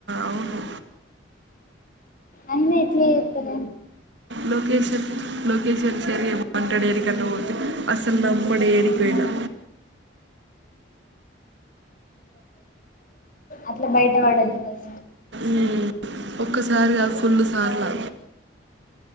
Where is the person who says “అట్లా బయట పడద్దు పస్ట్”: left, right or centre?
Left